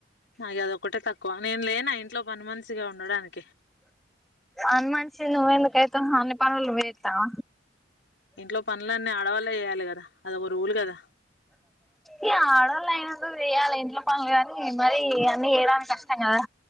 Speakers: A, on the left; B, in the centre.
A: నాకు అదొ ఒకటే తక్కువ నేను లేనా ఇంట్లో పని మనిషిగా గా ఉండడానికి
B: అన్న మనిషి నువ్వు ఎందుకు అయితవ్వ్ అన్ని పనులు చేతవ
A: ఇంట్లో పనులన్నీ ఆడవాళ్లే చేయాలి కదా అదొక రూల్ కదా
B: ఇ ఆడోళ్లు అయిన కు చేయాలి ఇంట్లో పనులు కాని మర అన్నీ చేయడానికి కష్టం కదా